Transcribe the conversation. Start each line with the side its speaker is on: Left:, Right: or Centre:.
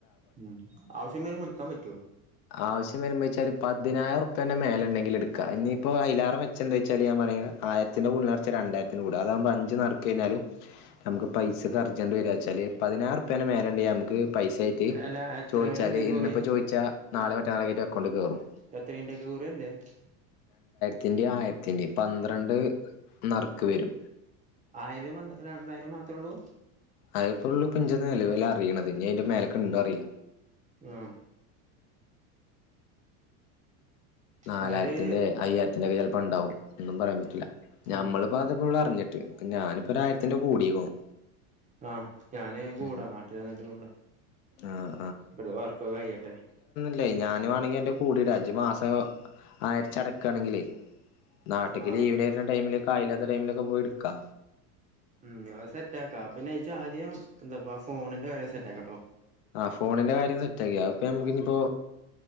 Right: മ് ആവശ്യം വരുമ്പോ ഇട്ക്കാൻ പറ്റോ?
Left: ആവശ്യം വരുമ്പോ വെച്ചാല് പതിനായിരറുപ്യന്റെ മേലണ്ടെങ്കിലിടുക്ക. ഇനിപ്പോ അയിലേറെ മെച്ചം എന്തായ്ച്ചാല് ഞാൻ പറയാ ആയിരത്തിന്റെ ഉള്ളിലടച്ച രണ്ടായിരത്തിനൂട അതാകുമ്പ അഞ്ച് നറുകഴിഞ്ഞാലും നമുക്ക് പൈസക്ക് അർജന്റെ വരാച്ചാല് പതിനായിരറുപ്യന്റെ മേലെ ണ്ടിയാമുക്കെ ക്ക് പൈസായിട്ട്
Right: അല്ല എത്ര
Left: ചോയിച്ചാല്
Right: വരെ ഉണ്ട് കുറി
Left: ഇന്നിപ്പോ ചോയിച്ചാ നാളെ <inaudible> ആയിരം അക്കൗണ്ടിൽ കേറും
Right: എത്തരീന്റെക്കെ <unintelligible>
Left: തിന്റെ ആയിരത്തിന്റെ പന്ത്രണ്ട് നറുക്ക് വരും.
Right: ആയിരം രണ്ടായിരം മാത്രള്ളൂ?
Left: അയിപ്പോഴള്ളൂ പ്പൊ ഞ്ചേ നിലവില് അറീണത്. ഇനി അതിന്റെ മേലക്ക് ണ്ടോ അറീല.
Right: ആഹ്
Left: നാലായിരത്തിന്റെ
Right: എന്നാല്
Left: അയ്യായിരത്തിന്റെക്കെ ചെല പ്പോ ണ്ടാവും ഒന്നും പറയാൻ പറ്റില്ല. ഞമ്മളിപ്പോ
Right: ഉം
Left: അതിപ്പോവടെ അറിഞ്ഞിട്ട്. ഇപ്പൊ ഞാനിപ്പോ ഒരായിരത്തിന്റെ കൂടിക്കുണു
Right: ആഹ് ഞാന് കൂടാ
Left: ഉം
Right: നാട്ടി വന്നിട്ട് കൂടാ
Left: ആഹ്
Right: ഇവടത്തെ വർകൊക്കെ കയിയട്ടെ
Left: ട്ടെയ് ഞാന് വേണെങ്കി എന്റെ കൂടിടാ അജ്മാസം ആയിരച്ചടക്കാണെങ്കിലേ നാട്ടിക്ക്‌
Right: ആഹ്
Left: ലീവ്ന് വര്ണ ടൈമില് കായിലാത്ത ടൈമിലൊക്കെ പോയി ഇടുക്കാ
Right: ഉം അത് സെറ്റാക്കാ പിന്നെ ഇജാദ്യം എന്താപ്പ ആ ഫോണിന്റെ കാര്യം സെറ്റാക്ക് ട്ടോ
Left: ആ ഫോണിന്റെ കാര്യം സെറ്റാക്കി അയിപ്പ ഞമ്മക്ക് ഇനിപ്പോ